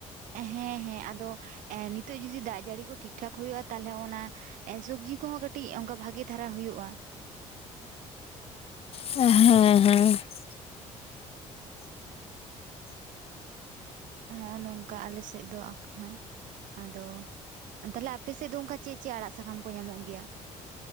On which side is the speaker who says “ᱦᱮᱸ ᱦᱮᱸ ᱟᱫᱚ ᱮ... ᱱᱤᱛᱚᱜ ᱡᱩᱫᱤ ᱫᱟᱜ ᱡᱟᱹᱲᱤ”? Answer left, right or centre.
Right